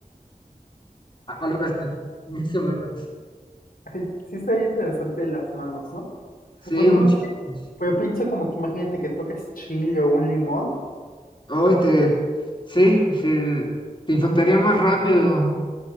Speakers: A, on the left (about 35°); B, on the left (about 85°).
A: a- algo así, más o menos.
B: Ay, sí está interesante las manos, ¿no?
A: Sí,
B: Bueno,
A: muchísimos.
B: no sé, pero pienso como que imagínate que toques chile o un limón
A: Hoy te, sí, sí, te infectaría más rápido.